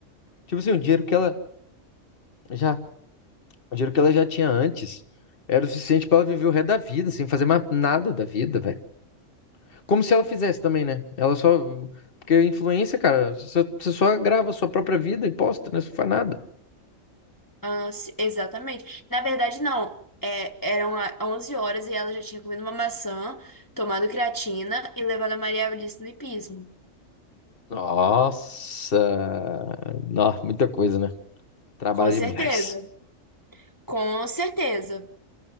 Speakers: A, on the left; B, on the left.
A: Tipo assim, o dinheiro que ela já, o dinheiro que ela já tinha antes era o suficiente pra ela viver o resto da vida, sem fazer mais nada da vida, velho. Como se ela fizesse também, né? Ela só. Porque influência, cara, você você só grava a sua própria vida e posta, né? Você não faz nada.
B: Ah, sim, exatamente. Na verdade, não. É, eram a- 11 horas e ela já tinha comido uma maçã, tomado creatina e levado a Maria Alice no hipismo.
A: Nossa! Nó, muita coisa, né? Trabalha
B: Com certeza.
A: demais.
B: Com certeza.